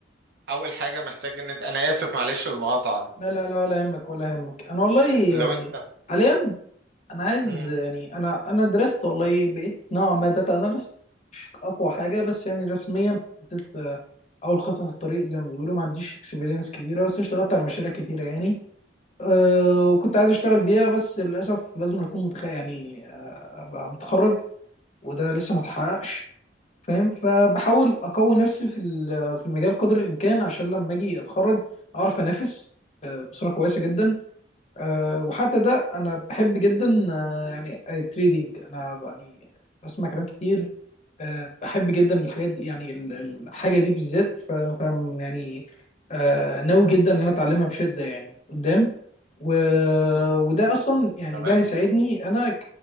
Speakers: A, on the right; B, on the left.
A: اول حاجة محتاج ان انت انا اسف معلش المقاطعة
B: لا لا لا ولا يهمك ولا يهمك انا والله
A: لو
B: يعني
A: انت
B: حاليا انا عايز
A: مم.
B: يعني انا انا درست والله بقيت نوعا ما داتا اناليست مش اقوى حاجه بس يعني رسميا حطيت آه، اول خطوه في الطريق زي ما بيقولوا ما عنديش اكسبيرينس كتيره بس اشتغلت على مشاريع كتيره يعني أه وكنت عايز اشتغل بيها بس للاسف لازم اكون متخ... يعني ابقى متخرج وده لسه ما اتحققش فاهم فبحاول اقوي نفسي في ال- في المجال قدر الامكان عشان لما اجي اتخرج اعرف انافس أه، بصوره كويسه جدا أه وحتى ده انا بحب جدا أه، يعني التريدينج انا يعني بسمع كلام كتير آه، بحب جدا الحاجات دي يعني ال- الحاجه دي بالذات ف- فاهم يعني آه، ناوي جدا ان انا اتعلمها بشده يعني قدام و...
A: مم.
B: وده اصلا يعني
A: تمام
B: ده هيساعدني انا ك